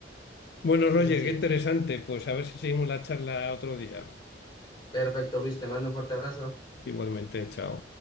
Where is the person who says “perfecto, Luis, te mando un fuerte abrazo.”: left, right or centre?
Left